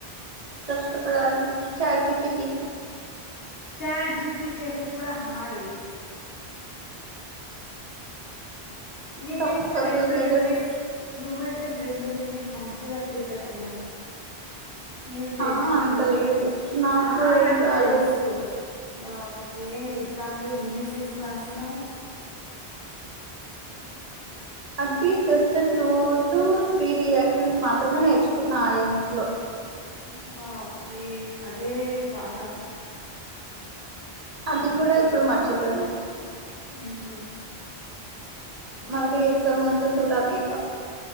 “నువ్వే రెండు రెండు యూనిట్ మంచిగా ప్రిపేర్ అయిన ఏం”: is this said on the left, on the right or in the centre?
Left